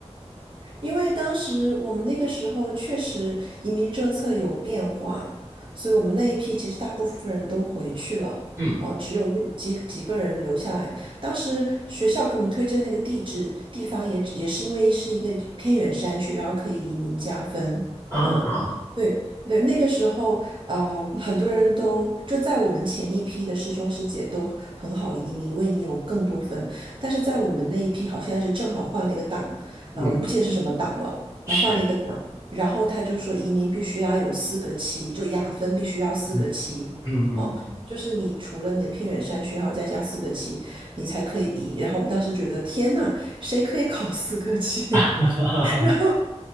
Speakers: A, on the right (about 45°); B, on the right (about 25°).
A: 因为当时我们那个时候确实移民政策有变化，所以我们那一批其实大部分人都回去了，
B: 嗯
A: 哦、只有一几几个人留下来。当时学校给我们推荐那个地址地方也只也是因为是一个偏远山区，然后可以移民加分。
B: 啊，
A: 嗯，对对，那个时候啊、呃很多人都就在我们前一批的师兄师姐都很好移民，因为你有更多分，但是在我们那一批好像是正好换了一个档。
B: 嗯
A: 呃，我不记得是什么党了，
B: 是，
A: 然后换了一个党，然后他就说移民必须要有四个七，就雅分必须要四个七，
B: 嗯嗯嗯，
A: 哦，就是你除了你的偏远山区，然后再加四个七，你才可以移。然后我们当时觉得天呐，谁可以考四个七？
B: <laughs> 哈哈哈哈
A: <laughs> 然后。